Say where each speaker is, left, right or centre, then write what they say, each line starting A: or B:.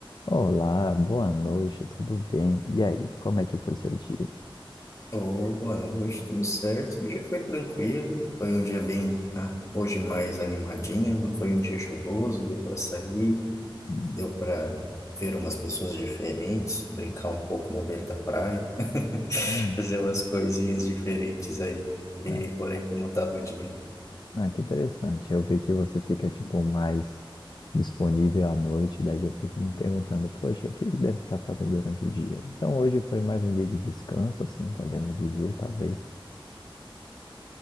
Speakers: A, on the left; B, on the left.
A: Olá, boa noite, tudo bem? E aí, como é que foi seu dia?
B: Ô, boa noite, tudo certo? O dia foi tranquilo, foi um dia bem, né, hoje mais animadinho, não foi um dia chuvoso, deu para sair,
A: Hum,
B: deu para ver umas pessoas diferentes, brincar um pouco na beira da praia, <laughs>
A: hum,
B: fazer umas coisinhas diferentes aí. E
A: é.
B: por aí como tava o dia.
A: Ah, que interessante. Eu vi que você fica, tipo, mais disponível à noite, daí eu fico me perguntando, poxa, o que ele deve estar fazendo durante o dia? Então, hoje foi mais um dia de descanso, assim, podemos dizer, talvez.